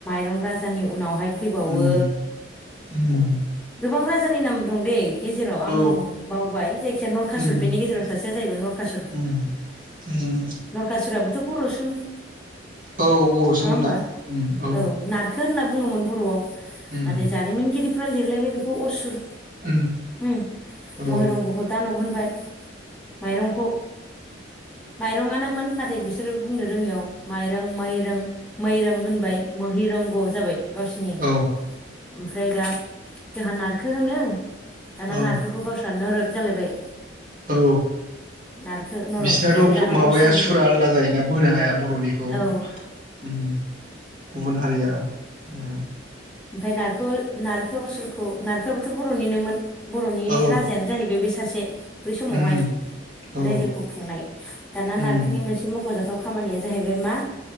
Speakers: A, in the centre; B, on the right.
A: रं राजानि उनावहाय फैबावो
B: उम
A: ओ
B: उम
A: गोबां राजानि नाम दं दैे गेजेराव आं
B: औ
A: बावबाय जायखिया नरखासुर
B: उम
A: बिनि गेजेराव सासेया जाहैबाय नरखासुर
B: उम उम
A: नरखासुराबोथ बरसोमोन
B: औ बरसोमोनना
A: नङा होमबा
B: उम ओ
A: औ नारखो होनना बुंङोमोन बरआव
B: उम
A: नाथाय जारिमिनगिरिफ्रा लिरलायबाय बेखौ असुर
B: औ
A: उम
B: औ
A: महिरंगखौ दानाब होनबाय माइरंखौ माइरंआनोमोन नाथाय बिसोरो बुंनो रोङियाव माइरं मैरं मैरं होनबाय मोहिरंग जाबाय गावसिनि
B: औ
A: ओमफ्राय दा जोंहा नारखो होनो दाना
B: औ
A: नारखोखौ गावस्रा नोरोग जालायबाय
B: औ
A: नारखो नरक
B: बिसिनाथ
A: ओमफ्राय
B: फ्रु
A: दाना
B: माबाया
A: असुर
B: सुरा आलदा जायोना बोनो हाया बरनिखौ
A: औ
B: उम गुबुन हारिया उम
A: ओमफाय नारख नारखो असुरखौ नारखोआबोथ बरनिनोमोन बर'नि
B: औ
A: राजायानो जाहैबाय बे सासे बै समावहाय
B: उम, औ
A: रायजोखौ खुंनाय दाना
B: उम,
A: नारखोनि मोनसे मख'जाथाव खामानिया जाहैबाय मा